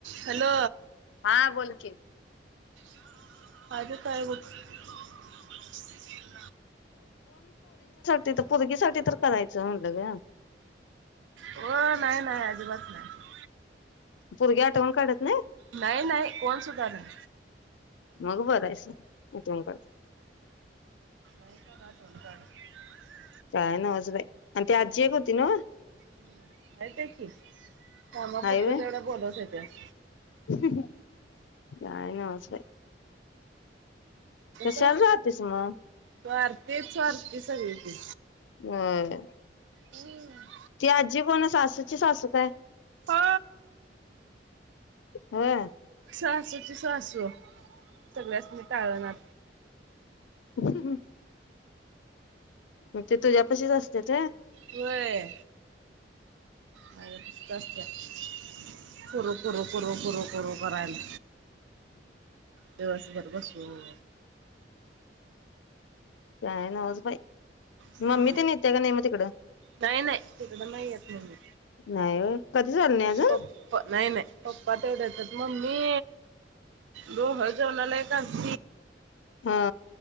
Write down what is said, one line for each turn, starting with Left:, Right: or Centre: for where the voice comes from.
Right: Hello
Left: हा बोल की
Right: <inaudible>
Left: तिथं पोरगीसाठी तर करायचं म्हणलं ग
Right: ओ नाही-नाही अजिबात नाही.
Left: पोरगी आठवण काढत नाही
Right: नाही नाही कोण सुधा नाहीं
Left: मग बरायस उठून करता
Right: <unintelligible>
Left: काय नवाज बाई आणि तेी आजी एक होती नव्ह
Right: हम हायत्या की कामापूरत
Left: हाय व्हय
Right: तेवढं बोलत होेत्या <inaudible>
Left: काय न्हावंच बाई कशाला
Right: कस
Left: राहतेस मग
Right: तरर तेच ती सगळी हाय ती.
Left: होय
Right: हम्म
Left: ती आजी पण सासूची सासू काय?
Right: हो
Left: हा
Right: सासू ची सासू सगळ्यांनी टाळणार
Left: ह मग ते तुझ्या पशीच असत्यात होय.
Right: व्हय माझ पण जास्त आहे करू-करू, करू-करू, करू करायला. दिवस भर बसून
Left: काय नवच बाई
Right: हम्म
Left: मम्मी ते नेत्या का नाही मग तिकडं
Right: नाही नाही तिकडं नाही येत मग मी
Left: नाही व्हय कधीच आली नाही अजून
Right: पप्पा नाही नाही पप्पा तेवढ्या ममी लोहजणाला <unintelligible>
Left: हा